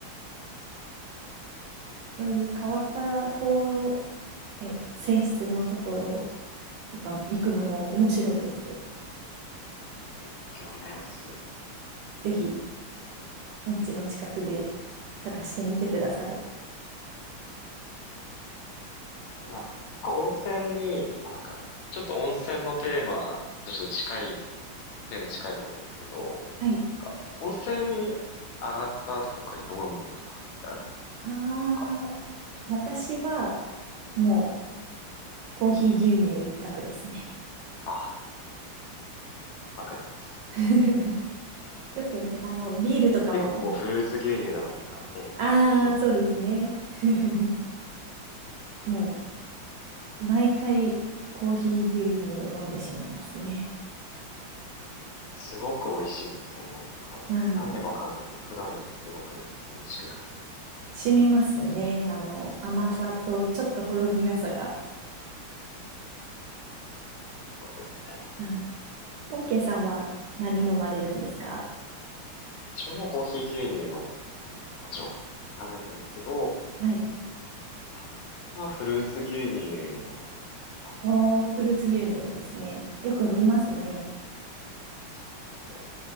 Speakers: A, on the right; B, on the left.
A: そういう変わった高え、泉質のところとかも行くのも面白いですよ。
B: 勉強になります。
A: ぜひ、お家の近くで探してみてください。
B: あ、他温泉に、まあ、なんか、ちょっと温泉のテーマとちょっと近い、テーマ近いと思うんですけど、
A: はい。
B: なんか温泉に上がった後とかに飲むものとかってありますなんか、
A: ああ、私はもうコーヒー牛乳一択ですね。
B: あ、わかります。
A: <laughs> よくね、あの、ビールとかも、
B: 結構ここフルーツ牛乳だのか、ええそうですね。
A: ああ、そうですね。<laughs> もう、毎回コーヒー牛乳を飲んでしまいますね。
B: すごく美味しいですよね。なんか、
A: うん、
B: なんだかわかんないけど、普段よりすごく美味しく感じます。
A: 染みますね。あの、甘さとちょっとほろ苦さが。
B: そうですね、本当に。
A: うんオーケーさんは何飲まれるんですか
B: 自分もコーヒー牛乳飲む時ももちろんあるんですけど、
A: はい。
B: 最近はフルーツ牛乳を飲みますね。
A: おー、フルーツ牛乳ですね。よく見ますね。
B: そうですね。